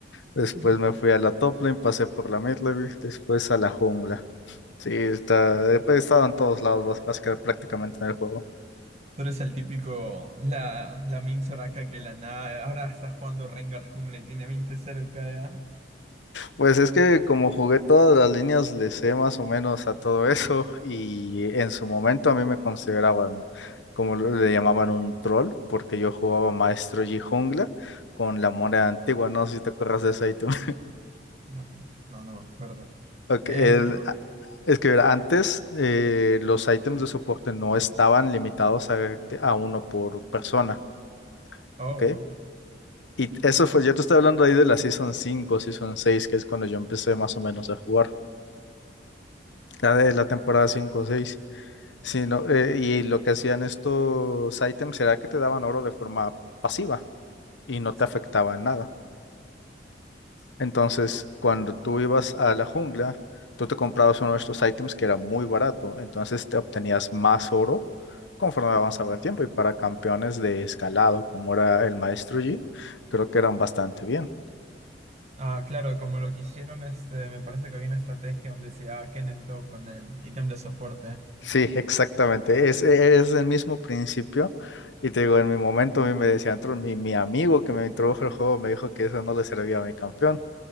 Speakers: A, on the left; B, on the right.
A: Después
B: Pero
A: me fui a la top lane, pasé por la mid lane, después a la jungla. Sí, está, he estado en todos lados, bás- básicamente prácticamente en el juego.
B: es el típico, la, la Min Soraka que la nada, ahora está jugando Rengar jungla y tiene 20 cero de KDA.
A: Pues es que como jugué todas las líneas, le sé más o menos a todo eso <laughs> y en su momento a mí me consideraban, como lo- le llamaban, un troll, porque yo jugaba Maestro y Jungla con la moneda antigua, no sé si te acuerdas de ese ítem. <laughs>
B: La mo- no, no me acuerdo.
A: Ok,
B: Eh,
A: el-
B: yo-
A: a- es que mira, antes eh, los ítems de soporte no estaban limitados a, a uno por persona,
B: oh,
A: ¿ok? Y
B: sí.
A: eso fue, yo te estoy hablando ahí de la Season 5, Season 6 que es cuando yo empecé más o menos a jugar, la de la temporada 5 o 6. Sí, no, eh, y lo que hacían estos ítems era que te daban oro de forma pasiva y no
B: sí.
A: te afectaba en nada. Entonces, cuando tú ibas a la jungla, tú te comprabas uno de estos ítems que era muy barato, entonces te obtenías más oro conforme avanzaba el tiempo. Y para campeones de escalado, como era el Maestro Yi, creo que eran bastante bien.
B: Ah, claro, como lo que hicieron, este, me parece que había una estrategia donde se llevaba Kennen top con el ítem de soporte.
A: Sí, <laughs> exactamente. Es, es el mismo principio. Y te digo, en mi momento a mí me decían, "Tron, mi, mi amigo que me introdujo al juego me dijo que eso no le servía a mi campeón.